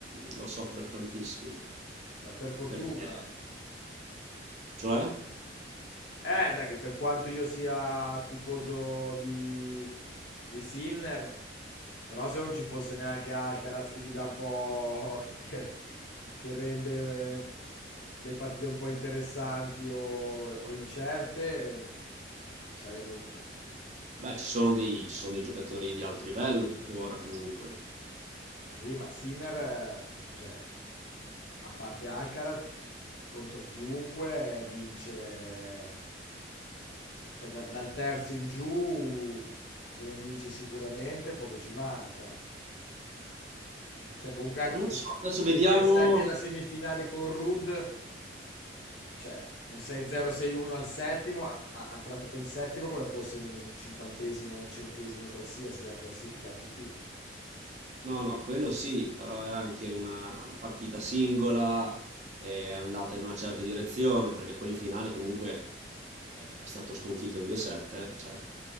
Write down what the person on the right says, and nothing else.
lo soffre tantissimo.
Perché? Cioè?
Beh, ci sono dei ci sono dei giocatori di alto livello tuttora comunque.
Eh, Non lo
so, adesso vediamo
no, no, quello sì, però era anche una partita singola, è andata in una certa direzione, perché poi in finale comunque è è stato sconfitto in 2-7, cioè